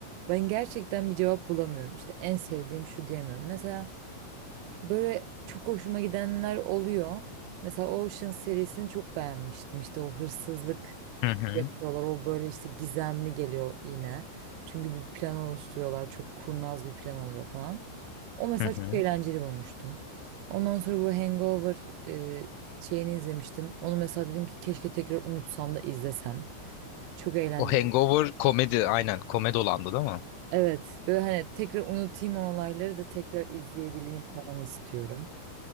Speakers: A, on the right; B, on the left.
A: Ben gerçekten bir cevap bulamıyorum. İşte en sevdiğim şu diyemiyorum. Mesela böyle çok hoşuma gidenler oluyor. Mesela Ocean serisini çok beğenmiştim. İşte o hırsızlık
B: Hı hı.
A: yapıyorlar. O böyle işte gizemli geliyor yine. Çünkü bir plan oluşturuyorlar. Çok kurnaz bir plan oluyor falan. O mesela
B: Hı hı.
A: çok eğlenceli bulmuştum. Ondan sonra bu Hangover e, şeyini izlemiştim. Onu mesela dedim ki keşke tekrar unutsam da izlesem. Çok eğlenceli.
B: O Hangover komedi aynen komedi olandı değil mi?
A: Evet, böyle hani tekrar unutayım o olayları da tekrar izleyebileyim falan istiyorum.